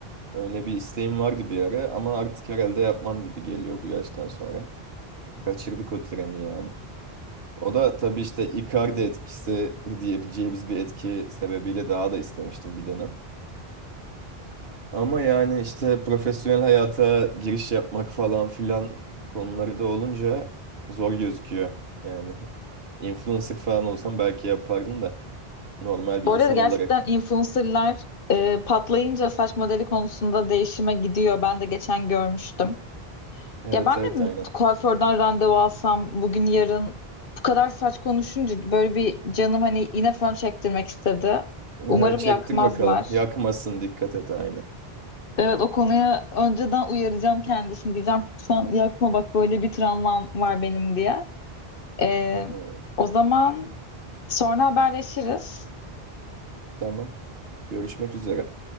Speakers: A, on the right; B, on the left.
A: Öyle bir isteğim vardı bir ara ama artık herhalde yapmam gibi geliyor bu yaştan sonra. Kaçırdık o treni yani. O da tabii işte Icardi etkisi <laughs> diyebileceğimiz bir etki sebebiyle daha da istemiştim bir dönem. Ama yani işte profesyonel hayata giriş yapmak falan filan konuları da olunca zor gözüküyor. Yani influencer falan olsam belki yapardım da normal bir
B: Bu
A: insan
B: arada gerçekten
A: olarak.
B: influencerlar e, patlayınca saç modeli konusunda değişime gidiyor. Ben de geçen görmüştüm.
A: Evet
B: Ya ben
A: evet
B: de mi
A: aynen.
B: kuaförden randevu alsam bugün yarın bu kadar saç konuşunca böyle bir canım hani yine fön çektirmek istedi.
A: Ee,
B: Umarım
A: Çektir
B: yakmazlar.
A: bakalım. Yakmasın dikkat et aynen.
B: Evet o konuya önceden uyaracağım kendisini. Diyeceğim sen yakma bak böyle bir travmam var benim diye. E,
A: Hı hı.
B: o zaman sonra haberleşiriz.
A: Tamam. Görüşmek üzere.